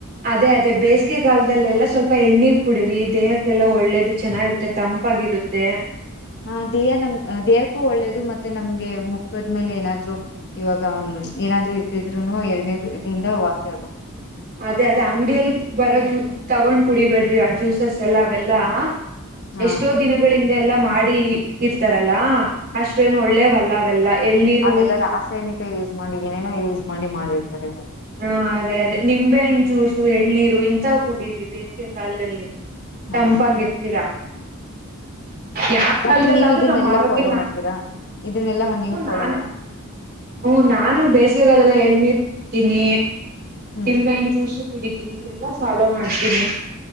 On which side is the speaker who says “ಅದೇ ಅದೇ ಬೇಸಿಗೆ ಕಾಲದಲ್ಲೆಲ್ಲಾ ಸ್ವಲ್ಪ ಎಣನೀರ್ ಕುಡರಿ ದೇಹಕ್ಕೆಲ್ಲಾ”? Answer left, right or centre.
Right